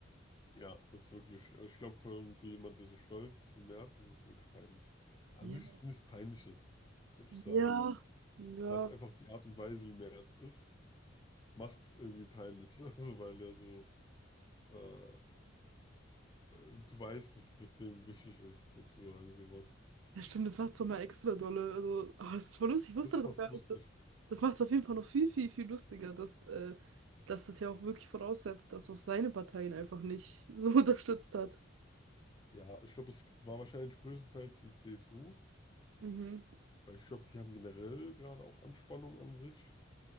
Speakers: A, on the left (about 20°); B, on the right (about 90°).
A: ja, das ist wirklich, also ich glaube, für, für jemanden, der so stolz ist wie Merz, ist es wirklich peinlich. An
B: Ja.
A: sich ist es nichts Peinliches, würde ich sagen.
B: Ja. Ja.
A: Aber es ist einfach die Art und Weise, wie Merz ist, macht es irgendwie peinlich. <laughs> Also, weil er so äh, Du weißt, dass das dem wichtig ist, sozusagen, sowas.
B: Ja, stimmt, das macht es doch mal extra dolle. Also, ah, das ist voll lustig. Ich wusste
A: Das
B: das
A: macht's
B: auch gar
A: lustig.
B: nicht. Das, das macht es auf jeden Fall noch viel, viel, viel lustiger, dass, äh, dass das ja auch wirklich voraussetzt, dass auch seine Partei ihn einfach nicht so <laughs> unterstützt hat.
A: Ja, ich glaube, es war wahrscheinlich größtenteils die CSU,
B: Mhm.
A: weil ich glaube, die haben generell gerade auch Anspannung an sich.